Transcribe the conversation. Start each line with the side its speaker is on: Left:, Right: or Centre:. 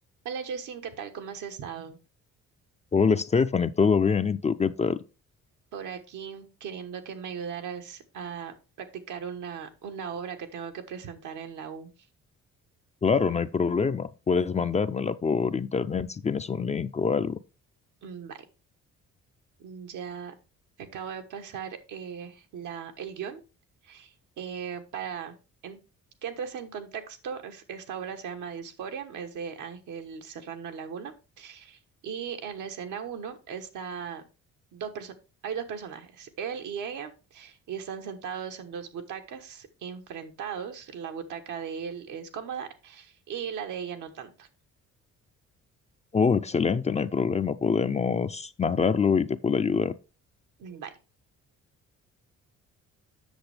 Right: Hola Justin, ¿qué tal? ¿Cómo has estado?
Left: Hola Stephanie, ¿todo bien? ¿Y tú qué tal?
Right: Por aquí queriendo que me ayudaras a practicar una, una obra que tengo que presentar en la U.
Left: Claro, no hay problema. Puedes mandármela por internet si tienes un link o algo.
Right: Mm, Bye. Ya te acabo de pasar eh, la, el guión eh, para en- que entres en contexto. es- esta obra se llama Disforia, es de Ángel Serrano Laguna. Y en la escena uno está dos perso- hay dos personajes, él y ella, y están sentados en dos butacas, enfrentados. La butaca de él es cómoda y la de ella no tanto.
Left: Oh, excelente, no hay problema. Podemos narrarlo y te puedo ayudar.
Right: Mm, Bye.